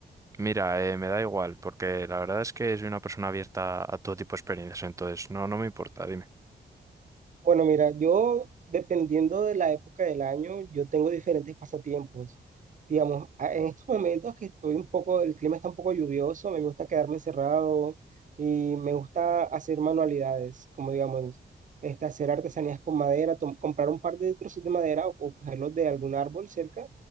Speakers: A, on the right; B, on the right.
A: Mira, eh, me da igual, porque la verdad es que soy una persona abierta a todo tipo de experiencias, entonces no, no me importa, dime.
B: Bueno, mira, yo dependiendo de la época del año, yo tengo diferentes pasatiempos. Digamos, a- en estos momentos que estoy un poco, el clima está un poco lluvioso, me gusta quedarme encerrado y me gusta hacer manualidades, como digamos, este, hacer artesanías con madera, tom- comprar un par de trozos de madera o, o cogerlos de algún árbol cerca